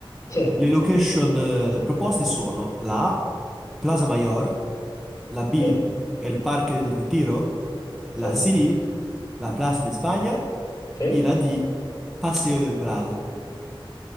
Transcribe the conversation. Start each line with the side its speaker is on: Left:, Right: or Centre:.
Left: Sì,
Centre: Le location eh, proposte sono la A, Plaza Mayor, la B,
Left: sì,
Centre: El Parque del Retiro, la
Left: sì,
Centre: C, la Plaza de España
Left: sì.
Centre: e la D, Paseo del Prado.